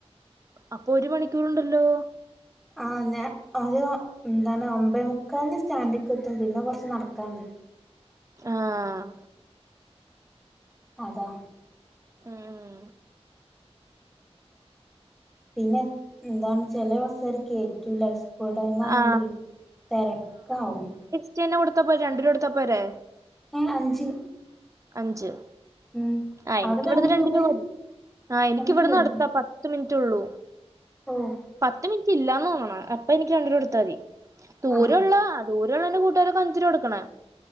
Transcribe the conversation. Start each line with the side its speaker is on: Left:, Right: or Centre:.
Right: അപ്പൊ ഒരു മണിക്കൂർ ഉണ്ടല്ലോ
Centre: ആഹ് ഞാ ഒരു എന്താണ് ഒമ്പതേമൂക്കാലിന് സ്റ്റാൻഡിക്കെത്തും പിന്നെ കൊറച്ച് നടക്കാനിണ്ട്
Right: ആഹ്
Centre: അതാ
Right: ഉം
Centre: പിന്നെ എന്താണ് ചില ബസ്സുകാര് കയറ്റുല്ല സ്കൂൾ ടൈമായോണ്ടേ
Right: ആ
Centre: തിരക്കാവും
Right: <unintelligible> കൊടുത്ത പോരെ രണ്ടു രൂപ കൊടുത്താ പോരെ
Centre: ഏഹ് അഞ്ച്
Right: അഞ്ച്
Centre: ഉം
Right: ആഹ് എനിക്ക്
Centre: അവിടെ
Right: ഇവിടുന്ന്
Centre: രണ്ട്
Right: രണ്ടു
Centre: രൂപേ
Right: രൂപ മതി ആഹ് എനിക്ക്
Centre: രണ്ട്
Right: ഇവിടുന്ന്
Centre: രൂപേ
Right: അടുത്താ പ ത്ത് മിനിറ്റ്ള്ളൂ
Centre: ഓഹ്
Right: പത്ത് മിനിറ്റ് ഇല്ലാന്ന് തോന്നണു അപ്പം എനിക്ക് രണ്ട് രൂപ കൊടുത്താ മതി ദൂരള്ള
Centre: ആഹ്
Right: ദൂരള്ളന്റെ കൂട്ടുകാരൊക്കെ അഞ്ചൂ രൂപ കൊടുക്കണേ